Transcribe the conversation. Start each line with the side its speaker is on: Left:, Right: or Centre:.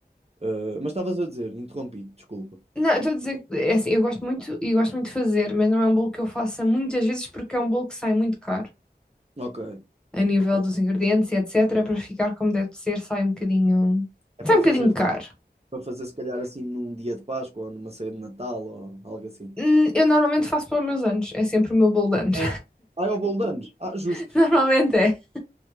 Right: Ah, mas estavas a dizer, interrompi, desculpa.
Centre: Não, eu estou a dizer que é assim, eu gosto muito e gosto muito de fazer, mas não é um bolo que eu faça muitas vezes porque é um bolo que sai muito caro
Right: Ok,
Centre: a nível
Right: ok.
Centre: dos ingredientes e etc. Para ficar como deve ser, sai um bocadinho.
Right: É para
Centre: Sai um
Right: fazer,
Centre: bocadinho caro.
Right: para fazer se calhar assim num dia de Páscoa ou numa ceia de Natal ou algo assim.
Centre: Hum, Eu normalmente faço para os meus anos, é sempre o meu bolo de anos.
Right: É. Ah, é o bolo de anos. Ah, justo.
Centre: <laughs> Normalmente é.